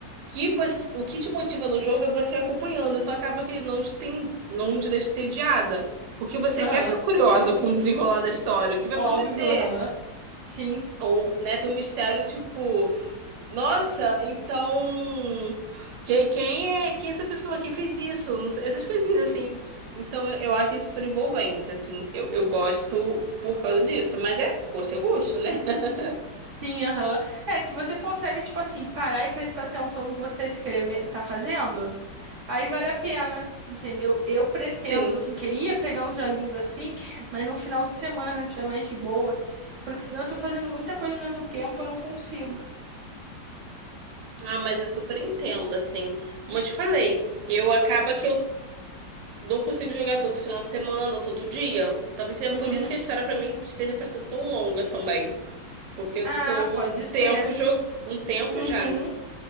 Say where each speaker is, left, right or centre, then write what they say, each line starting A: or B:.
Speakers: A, on the right; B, on the right.
A: que você- o que te motiva no jogo é você acompanhando, então acaba que ele não te tem, não te deixa entediada. Porque você
B: aham,
A: quer ficar curiosa com o desenrolar da história, o que vai
B: óbvio,
A: acontecer?
B: aham, sim.
A: Ou, né, tem um mistério tipo, nossa, então quem, quem é, quem é essa pessoa? Quem fez isso? Não sei, essas coisinhas assim. Então eu acho isso super envolvente, assim, eu, eu gosto por causa disso, mas é gosto é gosto, né? <laughs>
B: Sim, aham. É, se você consegue, tipo assim, parar e prestar atenção no que você tá escreve... tá fazendo, aí vale a pena, entendeu? Eu pretendo,
A: Sim.
B: assim, queria pegar uns joguinhos assim, mas no final de semana, quando eu estiver mais de boa, porque senão eu tô fazendo muita coisa ao mesmo tempo, eu não consigo.
A: Ah, mas eu super entendo, assim. Como eu te falei, eu acaba que eu Não consigo jogar todo final de semana, todo dia. Talvez seja
B: Uhum.
A: por isso que a história pra mim esteja parecendo tão longa também. Porque eu
B: Ah,
A: tô
B: pode
A: um
B: ser.
A: tempo, jo- um tempo
B: Uhum.
A: já